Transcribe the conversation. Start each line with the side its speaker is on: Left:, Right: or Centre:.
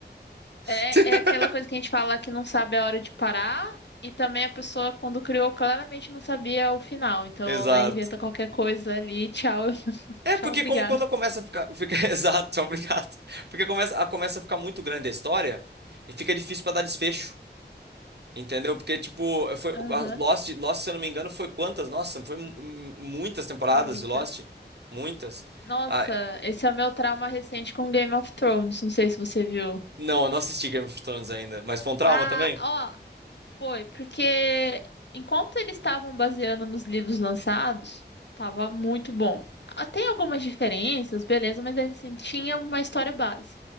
Right: <laughs>
Left: É, é aquela coisa que a gente fala que não sabe a hora de parar, e também a pessoa, quando criou, claramente não sabia o final. Então
Right: Exato.
Left: ela inventa qualquer coisa ali. Tchau, <laughs>
Right: É,
Left: tchau,
Right: porque
Left: obrigado.
Right: como quando começa a ficar, fica, <laughs> exato, obrigado. Porque começa, a- começa a ficar muito grande a história e fica difícil pra dar desfecho, entendeu? Porque tipo, foi
Left: Aham,
Right: a Lost, Lost, se eu não me engano, foi quantas? Nossa, foi mu- mu- muitas temporadas
Left: muitas.
Right: de Lost, muitas.
Left: Nossa,
Right: Ah,
Left: esse é o meu trauma recente com Game of Thrones. Não sei se você viu.
Right: não, eu não assisti Game of Thrones ainda, mas foi um trauma
Left: Ah,
Right: também.
Left: ó, foi, porque enquanto eles estavam baseando nos livros lançados, tava muito bom. Ah, Tem algumas diferenças, beleza, mas assim, tinha uma história base.